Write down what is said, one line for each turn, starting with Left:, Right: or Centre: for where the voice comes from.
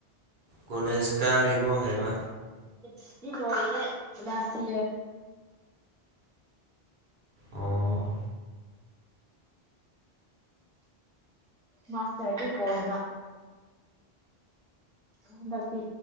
Right: ꯀꯣꯂꯦꯖ ꯀꯥꯔꯤꯕꯣ ꯍꯥꯏꯕ
Centre: ꯁꯤꯤ ꯂꯣꯏꯦ ꯂꯁꯤ
Right: ꯑꯣ
Centre: ꯃꯥꯁ ꯍꯥꯏꯗꯤ ꯄꯗ ꯍꯟꯗꯛꯇꯤ